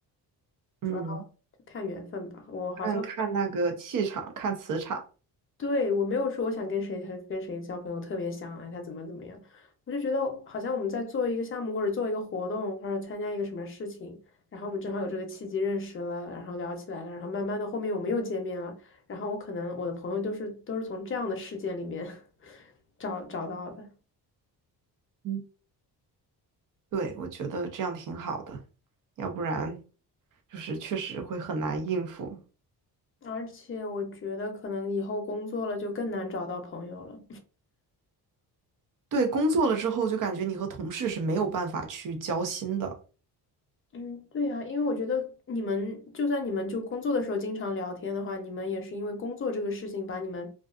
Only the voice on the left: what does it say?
主要就看缘分吧。我好像
对，我没有说我想跟谁和跟谁交朋友，特别想哎他怎么怎么样，我就觉得好像我们在做一个项目或者做一个活动或者参加一个什么事情，然后我们正好有这个契机认识了，然后聊起来了，然后慢慢的后面我们又见面了，然后我可能我的朋友都是都是从这样的事件里面 <laughs> 找找到的，
而且我觉得可能以后工作了就更难找到朋友了。
嗯，对呀，因为我觉得你们就算你们就工作的时候经常聊天的话，你们也是因为工作这个事情把你们